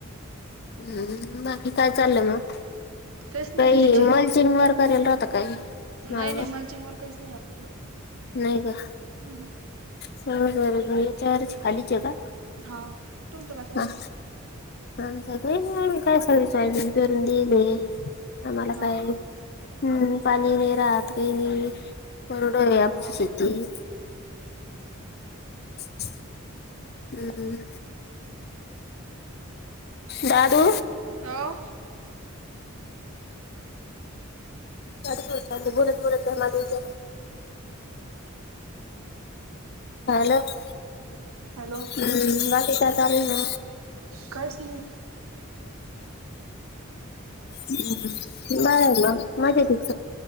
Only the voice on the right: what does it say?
काहीच नाही
घरीचे
नाही निमालचिंग ववर काहीच नाही आपल्याकडं
हम्म हम्म
हा तुमचं काय चाललं
हाव
का
हाव
का.
अ
हॅलो
काहीच नाही